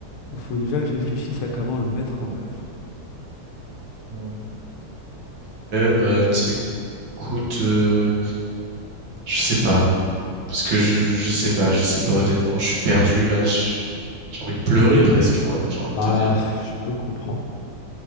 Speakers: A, on the left (about 85°); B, on the right (about 65°).
A: Il faut déjà que je réfléchisse à comment le mettre en œuvre.
B: Ok, bah, t'écoutes, euh... je sais pas, parce que je, je sais pas, je sais pas. Honnêtement, je suis perdu là. je- J'ai envie de pleurer presque. En vrai, j'ai envie de
A: Bah
B: te dire.
A: je peux comprendre.